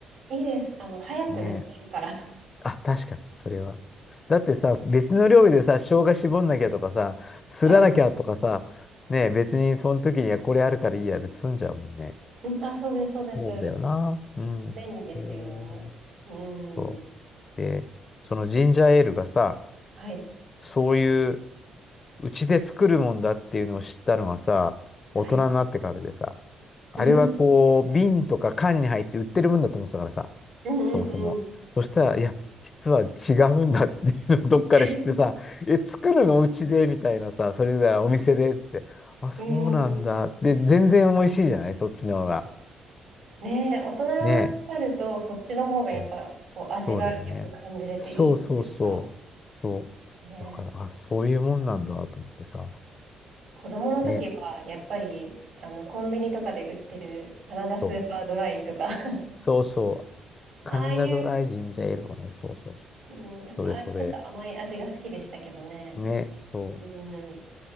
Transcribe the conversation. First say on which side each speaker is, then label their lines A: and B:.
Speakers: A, on the right; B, on the left.
A: いいです。あの、早くなくなるから。
B: ねえあ、確かに、それは。だってさ、別の料理でさ、生姜絞んなきゃとかさ、すらなきゃとかさ、
A: <laughs> はい。
B: ねえ、別にその時にはこれあるからいいやで済んじゃうもんね。
A: うんあ、そうです、そうです。
B: そうだよな。うん。
A: 便利ですよ。
B: へえ
A: うん。
B: そう。で、そのジンジャーエールがさ、
A: はい。
B: そういう、うちで作るもんだっていうのを知ったのはさ、
A: はい。
B: 大人になってからでさ、あれはこう、
A: うん。
B: 瓶とか缶に入って売ってるもんだと思ってたからさ、
A: うんう
B: そもそも。
A: んうん。
B: そしたら、いや、実は違うんだっていうのをどっかで知ってさ、
A: <laughs>
B: え、作るのうちでみたいなさ、それがお店でっつって、あ、そうなんだ。
A: うーん。
B: で、全然美味しいじゃないそっちの方が。
A: ねえ、大人になると、
B: ね
A: そっちの方がやっぱ、
B: え。うん
A: こう、味がよく感じれていいっていうか、
B: そうだよね。そうそうそう。そ
A: ね
B: う。だから、あ、そういうもんなんだと思ってさ。
A: 子供の時は、
B: ね。
A: やっぱり、あの、コンビニとかで売ってるカナダスーパードライとか
B: そう。
A: <laughs>
B: そうそう。
A: ああいう、
B: カンダドライジンジャーエールとかね。そうそうそう。
A: うんああいうちょっと甘い味が好きでしたけどね。
B: それそれ。ね、そう。
A: うん、